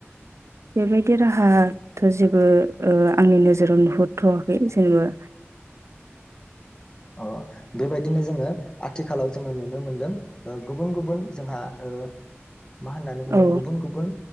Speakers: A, on the right (about 85°); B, on the left (about 15°).
A: बेबायदि राहाथ' जेबो ओ आंनि नोजोराव नुहुरथ'वाखै जेनेबा
B: ओ बेबायदिनो जोङो आथिखालाव जोङो नुनो मोनदों ओ गुबुन गुबुन जोंहा ओ मा होननानै बुङो
A: औ
B: गुबुन गुबुन